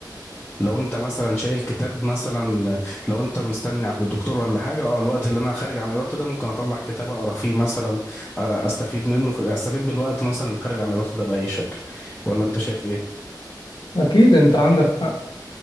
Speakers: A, on the left; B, on the left.
A: لو انت مثلا شايل كتاب مثلا لو انت مستني عند الدكتور ولا حاجه اه الوقت اللي انا خارج عن ارادتي ده ممكن اطلع كتاب اقرا فيه مثلا آه، استفيد منه في استفيد بالوقت مثلا اللي خارج عن ارادته ده باي شكل ولا انت شايف ايه
B: أكيد أنت عندك حق